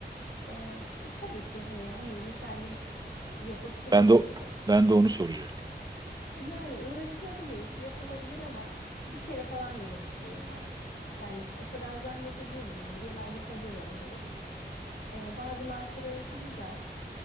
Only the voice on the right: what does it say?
Ben de ben de onu soracaktım.